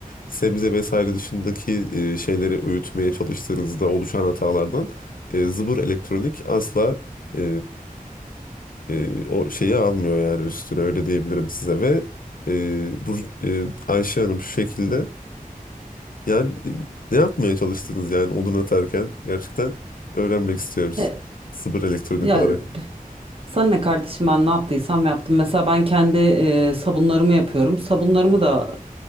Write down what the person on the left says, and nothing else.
sebze vesaire dışındaki e, şeyleri öğütmeye çalıştığınızda oluşan hatalardan e, zıbır elektronik asla e, e, o şeyi almıyor yani üstüne öyle diyebilirim size ve e, bu e, Ayşe Hanım şu şekilde yani e, ne yapmaya çalıştınız yani odun atarken? Gerçekten öğrenmek istiyoruz.
Sıfır elektronik
olarak.